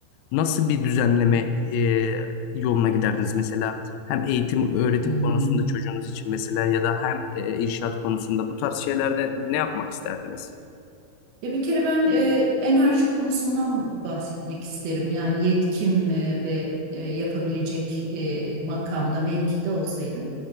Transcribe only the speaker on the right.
hı.
Ya bir kere ben e, enerji konusundan bahsetmek isterim. Yani yetkim e, ve e, yapabilecek e, makamda, mevkide olsaydım.